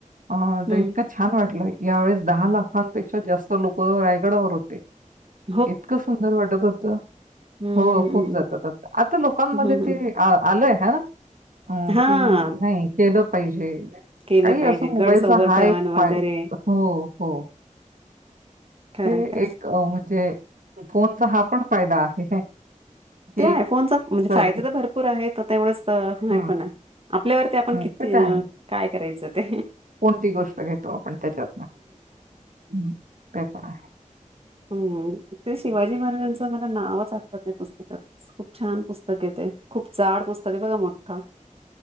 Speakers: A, on the right; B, on the right.
A: अ
B: हम्म.
A: तर इतकं छान वाटलं यावेेळेस दहा लाखांपेक्षा जास्त लोक रायगडावर होते
B: हम्
A: इतकं सुंदर वाटत होत
B: हम्म
A: हो खूप
B: हम्म
A: जातात आता लोकांमध्ये
B: हम्म, हम्म.
A: ते आलंय हा अह
B: हा
A: की नाही केलं पाहिजे
B: केलं
A: काही
B: पाहिजे
A: असो मोबाईलचा
B: गड संवर्धन
A: हा एक
B: वगैरे
A: फायदा हो हो
B: खरंय
A: हे
B: खरंय
A: एक म्हणजे फोनचा हा पण फायदा आहे की
B: ते आयफोनचा म्हणजे
A: कळतं.
B: फायदे तर भरपूर आहेत तर तेवढंच नाही
A: हं,
B: पण आहे आपल्यावरती आपण
A: हं.
B: किती
A: ते तर आहे.
B: काय करायचं. ते
A: कोणती गोष्ट घेतो आपण त्याच्यातन हम्म ते पण आहे
B: हम्म ते शिवाजी
A: हं.
B: महाराजांचं मला नावच आठवत नाही पुस्तक खूप छान पुस्तक आहे ते खूप जाड पुस्तक आहे बघा मोठं